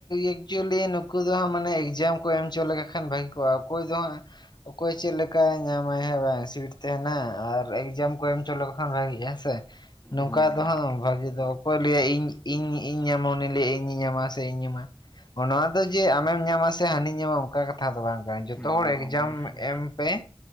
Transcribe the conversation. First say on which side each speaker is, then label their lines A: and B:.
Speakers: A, on the left (about 55°); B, on the left (about 20°).
A: ᱮᱠᱪᱩᱭᱮᱞᱤ ᱱᱩᱠᱩ ᱫᱚ ᱦᱟᱸᱜ ᱢᱟᱱᱮ ᱮᱠᱡᱟᱢ ᱠᱚ ᱮᱢ ᱪᱚ ᱞᱮ ᱠᱷᱟᱱ ᱵᱷᱟᱜᱤ ᱠᱚᱜᱼᱟ ᱾ ᱚᱠᱚᱭ ᱫᱚ ᱦᱟᱸᱜ ᱚᱠᱚᱭ ᱪᱮᱫᱞᱮᱠᱟᱭ ᱧᱟᱢᱟᱭ ᱦᱟᱜ ᱵᱟᱝ ᱥᱤᱴ ᱛᱟᱦᱮᱱᱟ ᱟᱨ ᱮᱠᱡᱟᱢ ᱠᱚ ᱮᱢ ᱪᱚ ᱞᱮᱠᱟᱱ ᱵᱷᱟᱹᱜᱤᱼᱟ ᱦᱮᱸ ᱥᱮ? ᱱᱚᱝᱠᱟ
B: ᱦᱮᱸ
A: ᱫᱚ ᱦᱟᱜ ᱵᱷᱟᱜᱤ ᱫᱚ ᱚᱠᱚᱭ ᱞᱟᱹᱭᱟ ᱤᱧ ᱤᱧ ᱤᱧ ᱮᱢᱚᱱ ᱞᱟᱹᱭᱟᱹᱧ ᱤᱧ᱾ ᱤᱧ ᱮᱢᱟ ᱥᱮ ᱤᱧ ᱧᱟᱢᱟ ᱱᱚᱣᱟ ᱫᱚ ᱡᱮ ᱟᱢᱮᱢ ᱧᱟᱢᱟ ᱥᱮ ᱦᱟᱹᱱᱤᱧ ᱧᱟᱢᱟ ᱚᱱᱠᱟ ᱠᱟᱛᱷᱟ ᱫᱚ ᱵᱟᱝ᱾ ᱡᱚᱛᱚ
B: ᱵᱟᱝ
A: ᱦᱚᱲ ᱮᱠᱡᱟᱢ
B: ᱵᱟᱝ ᱚᱱᱠᱟ ᱠᱟᱛᱷᱟ ᱫᱚ
A: ᱮᱢ ᱯᱮ᱾